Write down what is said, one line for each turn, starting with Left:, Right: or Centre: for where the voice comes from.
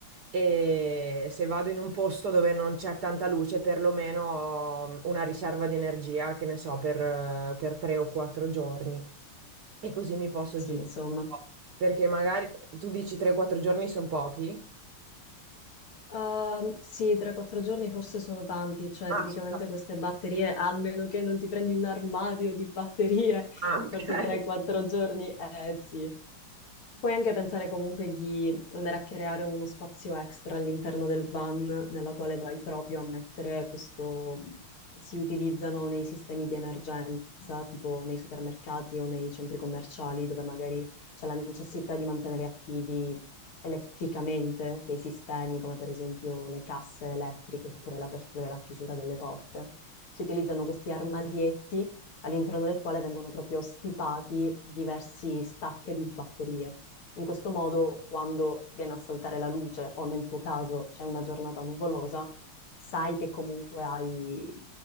Right: e se vado in un posto dove non c'è tanta luce, perlomeno ho mm, una riserva di energia, che ne so, per, eh, per tre o quattro giorni. E così mi posso
Left: Sì,
Right: gestire
Left: insomma.
Right: un po'. Perché magari tu dici 3-4 giorni sono pochi.
Left: Ehm, sì, 3-4 giorni forse sono tanti, cioè
Right: Ah,
Left: tipicamente
Right: scusa.
Left: queste batterie, almeno che non ti prendi un armadio di batterie,
Right: Ah, ok.
Left: forse 3-4 giorni, eh sì, Puoi anche pensare comunque di andare a creare uno spazio extra all'interno del van nella quale vai proprio a mettere questo, si utilizzano nei sistemi di emergenza, tipo nei supermercati o nei centri commerciali dove magari c'è la necessità di mantenere attivi elettricamente dei sistemi, come per esempio le casse elettriche oppure l'apertura e la chiusura delle porte. Si utilizzano questi armadietti all'interno del quale vengono proprio stipati diversi stack di batterie. In questo modo, quando viene a saltare la luce o nel tuo caso c'è una giornata nuvolosa, sai che comunque hai